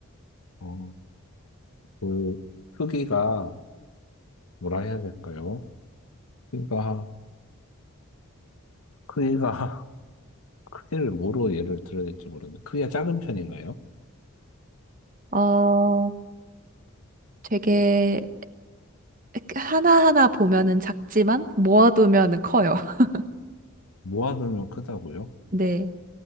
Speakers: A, on the left; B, on the right.
A: 어, 그 크기가 뭐라 해야 될까요? 크기가 크기가 <laughs> 크기를 뭐로 예를 들어야 될지 모르는데 크기가 작은 편인가요?
B: 어, 되게 하나하나 보면은 작지만 모아두면은 커요. <laughs>
A: 모아두면 크다고요?
B: 네.